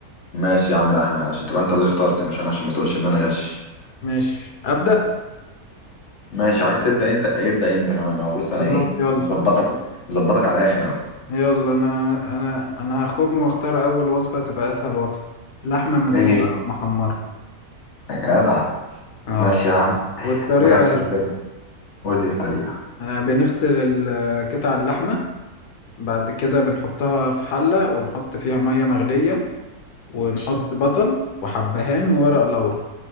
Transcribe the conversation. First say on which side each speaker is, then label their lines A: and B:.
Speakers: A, on the left; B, on the left.
A: ماشي يا عم الاحمد عشان تبقى انت اللي اخترت مش انا عشان ما تقولش ان انا غش
B: ماشي أبدأ
A: ماشي عايز تبدا انت ابدا انت كمان اهو بص انا
B: خلاص
A: ايه
B: يلا
A: مظبطك مظبطك على الاخر اهو
B: يلا أنا أنا أنا هخم وأختار أول وصفة تبقى أسهل وصفة لحمة مسلوقة
A: ايه
B: أو محمرة
A: يا جدع
B: اه
A: ماشي يا عم
B: والطريقة
A: ما جاتش
B: أهي
A: في بالي قول لي الطريقه
B: آه، بنغسل ال- آه، قطع اللحمة بعد كده بنحطها في حلة ونحط فيها مية مغلية ونحط
A: مش-
B: بصل وحبهان وورق لورا